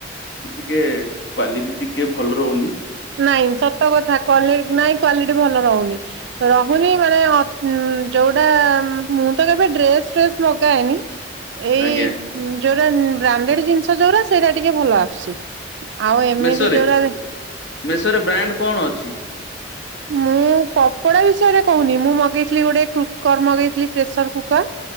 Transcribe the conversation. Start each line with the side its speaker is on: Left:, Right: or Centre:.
Left: ଟିକେ କ୍ଵାଲିଟି ଟିକେ ଭଲରହୁନି
Right: ନାଇଁ ସତକଥା କ୍ଵାଲି ନାଇଁ କ୍ଵାଲିଟି ଭଲ ରହୁନି ରହୁନି ମାନେ ଯୋଉଟା ମୁଁ ତ କେବେ ଡ୍ରେସ ଫ୍ରେସ ମଗାଏନି ଏଇ
Left: ଆଜ୍ଞା
Right: ଯୋଉରା ବ୍ରାଣ୍ଡେଡ ଜିନିଷ ଯୋଉରା ସେଇଟା ଟିକେ ଭଲ ଆସୁଛି। ଆଉ ଏମିତି
Left: ମେସୋରେ
Right: ଯୋରା
Left: ମେସୋରେ ବ୍ରାଣ୍ଡ କଣ ଅଛି?
Right: ମୁଁ କପଡା ବିଷୟରେ କହୁନି ମୁଁ ମଗେଇଥିଲି ଗୋଟେ କୁକର ମଗେଇଥିଲି ପ୍ରେସର କୁକର